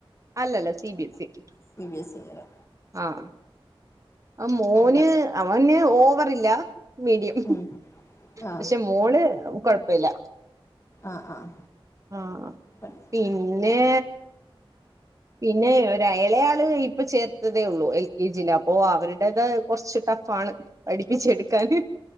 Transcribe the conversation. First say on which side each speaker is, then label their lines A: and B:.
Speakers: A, on the right (about 35°); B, on the left (about 30°).
A: അല്ലല്ല സി ബി എസ് ഇക്ക്
B: സി ബി എസ് ഇ ഏതാ
A: ആഹ് ആ മോന്
B: രണ്ടോ
A: അവന് ഓവറില്ല മീഡിയം
B: ഉം ആഹ്
A: പക്ഷെ മോള് കൊഴപ്പില്ല
B: ആഹ് ആഹ്
A: ആഹ്
B: പഠിച്ചു
A: പിന്നെ പിന്നെ ഒര് എളയാള് ഇപ്പൊ ചേർത്തതേ ഉള്ളൂ എൽ കെ ജിയില അപ്പൊ അവരുടേത് കൊറച്ച് ടഫാണ് പഠിപ്പിച്ചെടുക്കാന്